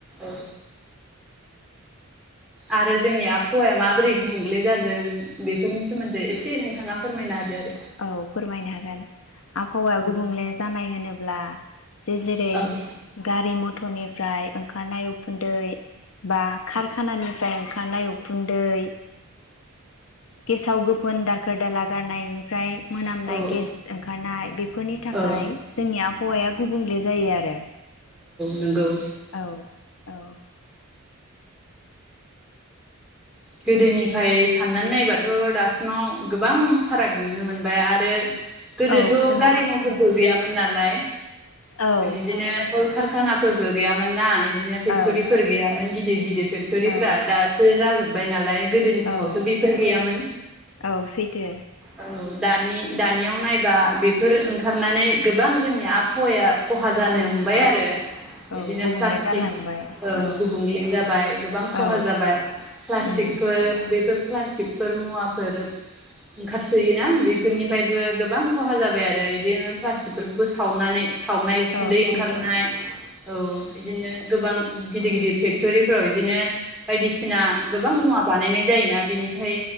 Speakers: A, in the centre; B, on the left.
A: औ। आरो जोंनि आबहावाया माबोरै गुबुंले जादों बेफोरनि सोमोन्दै एसे नोंथाङा फोरमायना होदो आरो‌
B: औ फोरमायनो हागोन आबहावाया गुबुंले जानाय होनो ब्ला जे जेरै
A: औ औ
B: गारि मथरनिफ्राय खारनाय उखुन्दै बा खारखानानिफ्राय ओंखारनाय उ खुन्दै गेसाव गोफोन दाखोर दाला गारनायनि फ्राय मोनामनाय
A: गारि मथरनिफ्राय ओंखारनाय उखुन्दै औ
B: गेस ओंखारनाय बेफोरनि थाखाय
A: औ
B: जोंनि आबहावाया गुबुंले जायो आरो।
A: नोंगौ
B: औ औ
A: गोदोनिफ्राय साननानै नायबाथ दासिमाव गोबां फाराग नुनो मोनबाय आरो गोदोथ
B: औ जों
A: गारि
B: गोबां
A: मथरबो
B: फाराग नुनो मोनो
A: गैयामोन नालाय
B: औ
A: बिदिनो कलकारखाना फोरबो गैयामोन ना इ दिनो फेक्टरिफोर
B: औ
A: गैयामोन गि <unintelligible> फेक्टरिफ्रा
B: औ
A: दासो जाजोब बाय नालाय गोदोनि समावथ
B: औ
A: बेफोर गैयामोन
B: औ सैथो
A: औ दानि दानियाव नायबा बे फोर ओंखारनानै गोबां जोंनि आबहावाया खहा जानो
B: गुबुं
A: हमबाय
B: औ
A: आरो
B: औ
A: बिदिनो
B: गुबुंले
A: प्लास्टिक
B: जालांबाय
A: ओं
B: औ
A: गुबुंले जाबाय गोबां
B: औ
A: खहा जाबाय। प्लास्टिकफोर
B: उम
A: बेफोर प्लास्टिक फोर मुवाफोर ओंखारसोयोना? बेफोरनिफ्रायबो गोबां खहा जाबाय आरो इदिनो प्लास्टिक फोरखौबो सावनानै सावनाय उखुन्दै
B: औ
A: ओंखारनाय
B: सैथो
A: औ इदिनो गोबां गिदिर गिदिर फेक्टरिफ्राव इदिनो बायदिसिना गोबां मुवा बानायनाय जायोना बिनि फाय